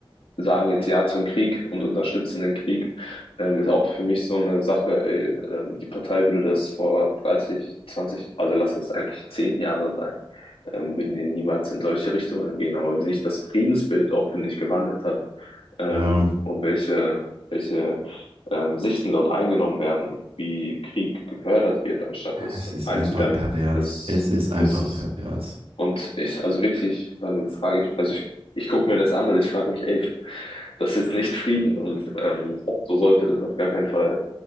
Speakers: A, on the left; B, on the right.
A: sagen jetzt Ja zum Krieg und unterstützen den Krieg, ähm, ist auch für mich so eine Sache, ey, ähm, die Partei würde das vor 30 zwanzig also lass es eigentlich 10 Jahre sein, ähm, würden die niemals in solche Richtungen gehen. Aber wie sich das Friedensbild auch, finde ich, gewandelt hat, ähm,
B: Ja,
A: und welche, welche ähm, Sichten dort eingenommen werden, wie Krieg gefördert wird, anstatt es
B: es ist
A: einzudämmen,
B: einfach pervers.
A: ist,
B: Es ist einfach
A: ist es.
B: pervers.
A: Und ich, also wirklich, dann frage ich, also ich ich gucke mir das an und ich frage mich, ey, das ist nicht Frieden und ähm, so sollte das auf gar keinen Fall